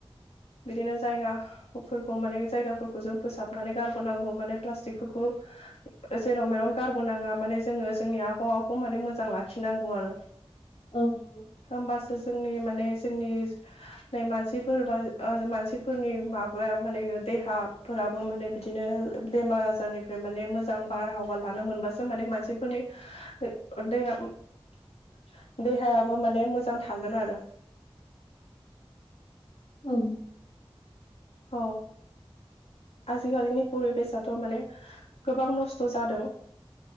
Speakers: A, on the left; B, on the left.
A: बिदिनो जायगाफोरखौ माने जायगाफोरखौ जों फोसाबनानै गारबोनांगौ माने प्लास्टिकफोरखौ जेराव मेराव गारबो नाङा माने जोंङो जोंनि आबहावाखौ माने मोजां लाखिनांगौ आरो।
B: औ नंगौ
A: होमबासो जोंनि माने जोंनि मानसिफोर बा ओ मानसिफोरनि माबा माने देहा फो राबो माने बिदिनो बेमार आजारनिफ्राय माने मोजां बारहावा लानो मोनबासो माने मानसिफोरनि बे देहा-देहायाबो माने मोजां थागोन आरो।
B: औ
A: औ आजिखालिनि परिबेसाथ' माने गोबां नस्थ' जादों।